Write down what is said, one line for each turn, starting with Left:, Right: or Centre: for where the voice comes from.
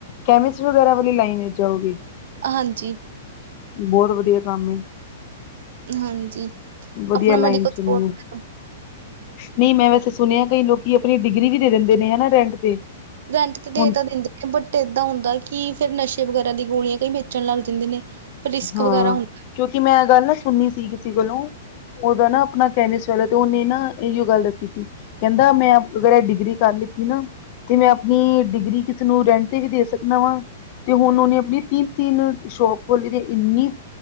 Left: ਕੈਮਿਸਟ ਵਗੈਰਾ ਵਾਲੀ ਲਾਈਨ ਵਿੱਚ ਜਾਊਗੇ।
Right: ਹਾਂਜੀ।
Left: ਬਹੁਤ ਵਧੀਆ ਕੰਮ ਏ।
Right: ਹਾਂਜੀ
Left: ਵਧੀਆ
Right: ਆਪਣਾ
Left: ਲਾਈਨ
Right: ਮੈਡੀਕਲ
Left: ਚੁਣੀ
Right: ਸਟੋਰ
Left: ਹੈ
Right: ਵੀ ਹੈਗਾ।
Left: ਨਹੀਂ ਮੈਂ ਵੈਸੇ ਸੁਣਿਆ ਕਈ ਲੋਕੀ ਆਪਣੀ ਡਿਗਰੀ ਵੀ ਦੇ ਦਿੰਦੇ ਨੇ ਹਨਾ ਰੈਂਟ ਤੇ।
Right: ਰੈਟ ਤੇ ਦੇ
Left: ਹੁਣ
Right: ਤਾਂ ਦਿੰਦੇ ਬੱਟ ਫੇਰ ਏਦਾਂ ਹੁੰਦਾ ਕਿ ਫੇਰ ਨਸ਼ੇ ਵਗੈਰਾ ਦੀ ਦੀਆਂ ਗੋਲੀਆਂ ਕਈ ਵੇਚਣ ਲੱਗ ਜਾਂਦੇ ਨੇ। ਫਿਰ ਰਿਸਕ
Left: ਹਾਂ
Right: ਵਗੈਰਾ ਹੁੰਦਾ
Left: ਕਿਉਂਕਿ ਮੈਂ ਇਹ ਗੱਲ ਨਾ ਸੁਣੀ ਸੀ ਕਿਸੇ ਕੋਲੋਂ ਉਹਦਾ ਨਾ ਆਪਣਾ ਕੈਮਿਸਟ ਵਾਲਾ ਤੇ ਉਹਨੇ ਨਾ ਇਹੀਓ ਗੱਲ ਦੱਸੀ ਸੀ। ਕਹਿੰਦਾ ਮੈਂ ਆਪ ਅਗਰ ਐ ਡਿਗਰੀ ਕਰ ਲੀ ਸੀ ਏ ਨਾ ਤੇ ਮੈਂ ਆਪਣੀ ਡਿਗਰੀ ਕਿਸੇ ਨੂੰ ਰੈਟ ਤੇ ਵੀ ਦੇ ਸਕਦਾ ਵਾਂ ਤੇ ਹੁਣ ਉਹਨੇ ਆਪਣੀ ਤਿੰਨ- ਤਿੰਨ ਸ਼ੋਪ ਖੋਲੀ ਵੀ ਇੰਨੀ